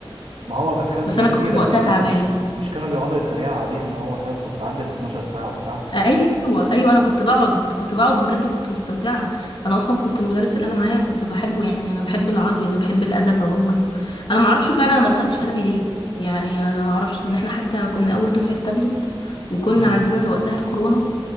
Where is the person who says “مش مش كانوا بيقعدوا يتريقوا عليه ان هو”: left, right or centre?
Right